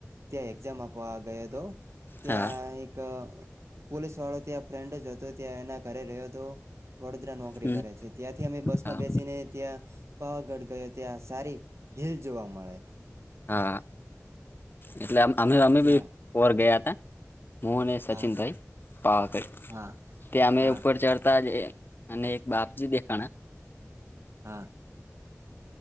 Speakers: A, on the right; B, on the left.
A: ત્યાં એક્ઝામ આપવા ગયો તો ત્યાં
B: હા
A: એક પોલીસ વાળો ત્યાં ફ્રેન્ડ જ હતો ત્યાં એના ઘરે રહ્યો હતો વડોદરા નોકરી
B: હમ
A: કરે છે ત્યાંથી અમે બસ
B: હા
A: માં બેસીને ત્યાં પાવાગઢ ગયો ત્યાં સારી હિલ જોવા મળે
B: હા એટલે અમે અમે
A: ત્યાં
B: બી પોર ગયા હતા. મોહને સચિનભાઈ
A: હા
B: પાવાક
A: હા
B: તે અમે
A: હા
B: ઉપર ચઢતા જ. અને એક બાપજી દેખાણા
A: હા